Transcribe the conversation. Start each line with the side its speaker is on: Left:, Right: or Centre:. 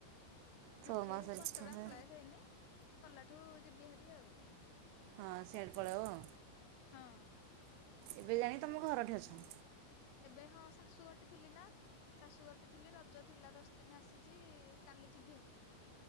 Right: ଛଅ
Left: ସେଠି
Right: ମାସରେ
Left: କ୍ଵାଟର
Right: ଥରେ
Left: ଆପ୍ଲାଏ ହେଇନି କଲାଠୁ ଯିବି ହାରି ଆଉ।
Right: ହଁ ସିଆଡ଼େ ପଳେଇବ
Left: ହଁ।
Right: ଏବେ ଜାଣି ତମ ଘରଠେ ଅଛ?
Left: ଏବେ ହଁ ଶାଶୁଘଟି ଥିଲିନା ଶାଶୁଘରଟି ଥିଲି ରଜ ଥିଲା ଦଶ ଦିନ ଆସିଚି କାଲି ଯିବିି ହାରି।